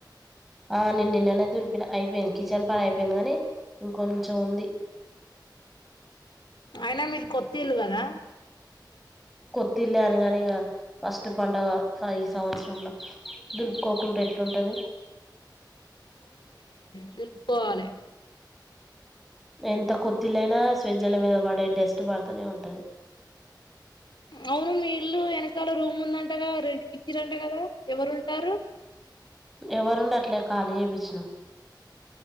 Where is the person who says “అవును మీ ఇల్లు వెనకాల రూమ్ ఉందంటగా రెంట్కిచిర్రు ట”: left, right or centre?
Left